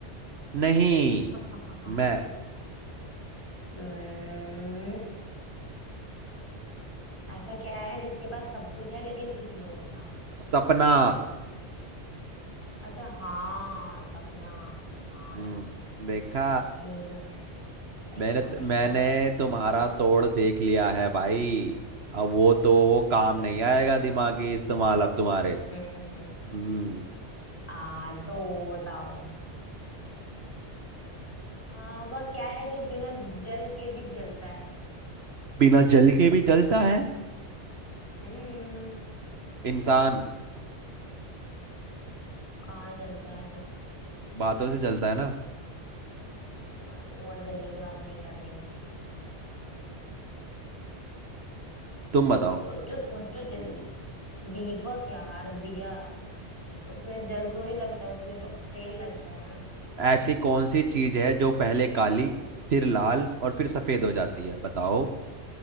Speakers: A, on the right; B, on the left.
A: नहीं
B: <laughs>
A: मैं
B: हम्म, ऐसा क्या है जिसके पास सब कुछ है लेकिन कुछ नहीं होता
A: सपना
B: अच्छा हाँ सपना हाँ
A: हम्म
B: यार
A: देखा
B: ये तो है सही
A: मैंने
B: था सही
A: मैंने
B: था
A: तुम्हारा तोड़ देख लिया है भाई अब वो तो वो काम नहीं आएगा दिमागी इस्तेमाल अब तुम्हारे
B: <laughs>
A: हम्म
B: आ तो बताओ आ, वह क्या है जो बिना जल के भी जलता है
A: बिना जल के भी जलता है
B: हम्म
A: इंसान
B: कहाँ जलता है वो
A: बातों से जलता है ना
B: वो बात वो जलने की बात नहीं कर रही मैं
A: तुम बताओ
B: सोचो सोचो जल्दी दीपक यार दिया उसमें जल थोड़ी लगता है उसमें तो तेल लगता है ना
A: ऐसी कौन सी चीज है जो पहले काली फिर लाल और फिर सफेद हो जाती है बताओ